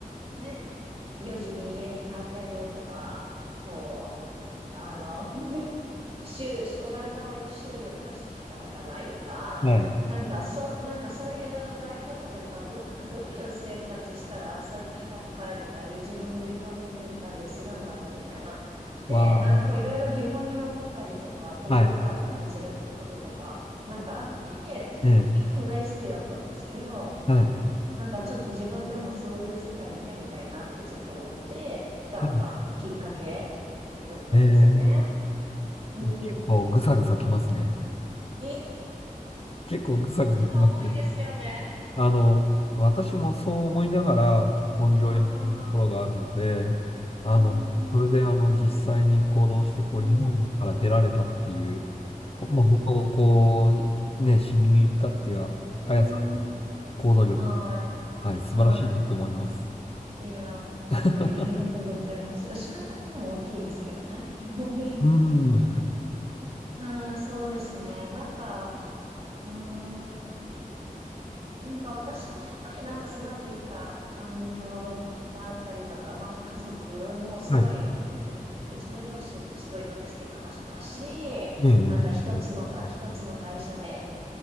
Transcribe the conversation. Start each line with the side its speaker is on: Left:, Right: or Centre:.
Right: ね、4時に家に帰れるとか、こう、あの、<laughs> 週、オランダは週4日しか働かないとか、
Left: はい。
Right: なんかそ、なんかそういう働き方とか、どう、なんかどういう生活したら、そうやって早く帰れたり、自分の時間持てたりするんだろうみたいな。で、
Left: わ
Right: なんかこういろいろ疑問に思ったりとか、こう違和感感じることとか、
Left: あ、はい。
Right: なんかあって、全然日本大好きだったんですけど、
Left: ええ、はい。
Right: なんかちょっと自分でもそういう世界見てみたいなってちょっと思って来たのがきっかけだったんですね。
Left: はい。ええ、
Right: うん。
Left: 結構ぐさぐさきますね。
Right: え、
Left: 結構ぐさぐさきますね。
Right: お、ちょっと重いですよね。
Left: あの、私もそう思いながら本業をやってるところがあるので、
Right: うん、
Left: あの、
Right: うん、
Left: それであの、実際に行動して、こう、
Right: うん、
Left: 日本から出られたっていう、ほまあ、
Right: うん、
Left: 他をこう、ね、知りに行ったっていう、ああやさん、
Right: うん。
Left: 行動力、
Right: はい、
Left: はい、素晴らしいなと思います。
Right: はい。いや、
Left: <laughs>
Right: はい、ありがとうございます。失ったものも大きいですけどね。<laughs>
Left: うん、は
Right: うん、そうですね。なんか、うん。なんか私もやっぱりなんか育ってきた環境だったりとか、まあ家族もすごい、
Left: い。
Right: ううちの両親もすごいドメスティックな人だし、
Left: ええ、ええ
Right: なんか一つのか、一つの会社で